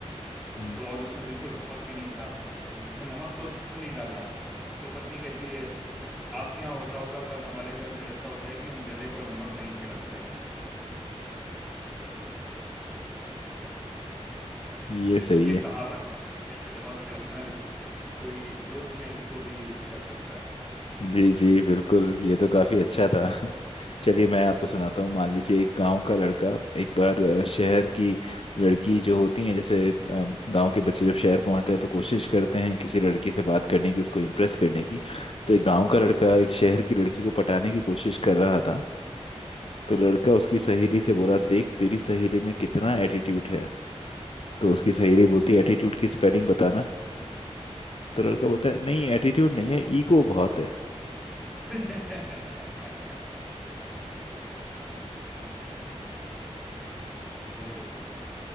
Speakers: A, on the left (about 55°); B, in the centre.
A: हम्म।
B: तो और उसमें बिल्कुल नमक भी नहीं था तो उसमें नमक तो क्यों नहीं डाला तो पत्नी कहती है आपके यहाँ होता होगा पर हमारे घर में ऐसा होता है कि हम जले पर नमक नहीं छिड़कते हैं
A: ये
B: तो
A: सही
B: ये
A: है
B: कहावत कि जले पे नमक छिड़कना लेकिन कोई जोक में इसको भी कर सकता
A: जी जी बिल्कुल ये तो काफी अच्छा था <laughs> चलिए मैं आपको सुनाता हूँ मान लीजिए एक गांव का लड़का एक बार अ, शहर की लड़की जो होती है जैसे गांव के बच्चे जब शहर पहुंचते हैं तो कोशिश करते हैं किसी लड़की से बात करने की उसको इम्प्रेस करने की तो एक गांव का लड़का एक शहर की लड़की को पटाने की कोशिश कर रहा था तो लड़का उसकी सहेली से बोला देख तेरी सहेली में कितना एटीट्यूड है तो उसकी सहेली बोलती है एटीट्यूड की स्पेलिंग बताना तो लड़का
B: है
A: बोलता है नहीं एटीट्यूड नहीं है ईगो बहुत है
B: <laughs> बहुत अच्छा है